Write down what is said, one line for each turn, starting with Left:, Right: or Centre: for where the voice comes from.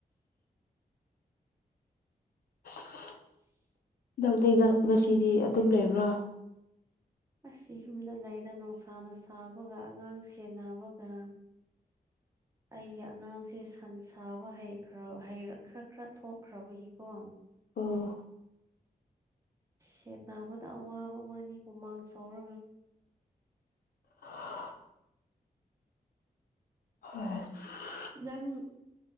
Left: <inaudible>
Right: ꯏꯁ
Left: ꯅꯪꯗꯤ ꯉꯁꯤꯗꯤ ꯑꯗꯨꯝ ꯂꯩꯕ꯭ꯔꯥ
Right: ꯑꯁꯤ ꯌꯨꯝꯗ ꯂꯩꯔ ꯅꯨꯡꯁꯥꯅ ꯁꯥꯕꯒ ꯑꯉꯥꯡ ꯁꯦꯟꯅꯕꯒ
Left: <unintelligible>
Right: ꯑꯩꯒꯤ ꯑꯉꯥꯡꯁꯦ ꯁꯟ ꯁꯥꯕ ꯍꯩꯔ ꯍꯩ ꯈꯔ ꯈꯔ ꯈꯔ ꯊꯣꯛꯈ꯭ꯔꯕꯒꯤꯀꯣ
Left: ꯑꯣ
Right: ꯁꯦꯟꯅꯥꯕꯗ ꯑꯋꯥꯕ ꯑꯃꯅꯤ ꯍꯨꯃꯥꯡ ꯁꯧꯔꯒ
Left: <unintelligible> ꯍꯣꯏ ꯍꯣꯏ <inaudible>
Right: ꯅꯪ